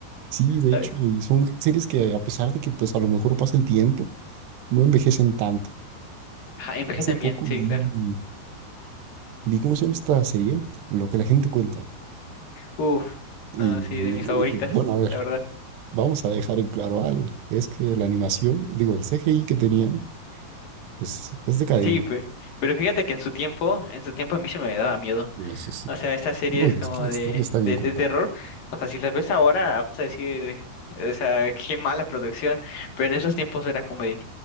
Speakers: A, on the right; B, on the left.
A: sí, de
B: ¿sabes?
A: hecho, y son series que a pesar de que pues a lo mejor pasa el tiempo, no envejecen tanto.
B: Ajá, envejecen
A: Hace poco
B: bien, sí,
A: vi,
B: claro.
A: vi cómo se llama esta serie, Lo que la gente cuenta.
B: Uf,
A: Y,
B: no, sí, de mis favoritas,
A: y, bueno, a ver,
B: la verdad.
A: vamos a dejar en claro algo. Es que la animación, digo, el CGI que tenían, pues es decadente.
B: Sí, pe- pero fíjate que en su tiempo, en su tiempo a mí se me daba miedo.
A: Y eso sí.
B: O sea, esta serie
A: Oye,
B: es como
A: es que la
B: de,
A: historia está bien
B: de,
A: contada.
B: de terror. O sea, si las ves ahora, vas a decir, o sea, qué mala producción. Pero en esos tiempos era como de,